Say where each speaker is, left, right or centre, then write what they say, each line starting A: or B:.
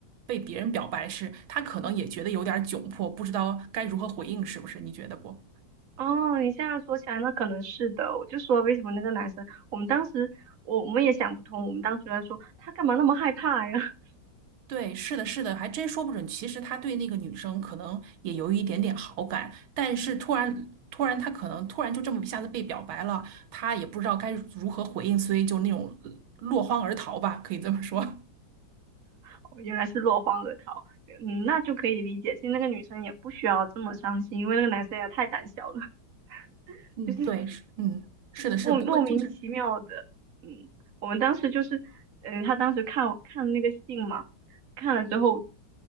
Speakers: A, on the right (about 85°); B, on the right (about 45°).
A: 被别人表白时，他可能也觉得有点窘迫，不知道该如何回应，是不是？你觉得不？
B: 哦，你现在说起来，那可能是的。我就说为什么那个男生，我们当时我我们也想不通，我们当时在说他干嘛那么害怕呀？<laughs>
A: 对，是的，是的，还真说不准。其实他对那个女生可能也有一点点好感，但是突然，突然他可能突然就这么一下子被表白了，他也不知道该如何回应，所以就那种呃落荒而逃吧，可以这么说。
B: 哦原来是落荒而逃。嗯，那就可以理解。其实那个女生也不需要这么伤心，因为那个男生也太胆小了，
A: <laughs>
B: <laughs>
A: 嗯，
B: 就是
A: 对，是，嗯，是的，是的。
B: 莫莫名其妙的，
A: 不过就是，
B: 嗯，我们当时就是，嗯，他当时看我看那个信嘛，看了之后，